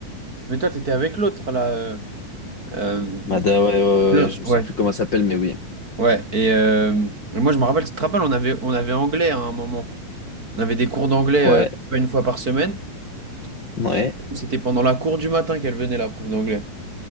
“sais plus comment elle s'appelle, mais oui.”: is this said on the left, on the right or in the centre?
Left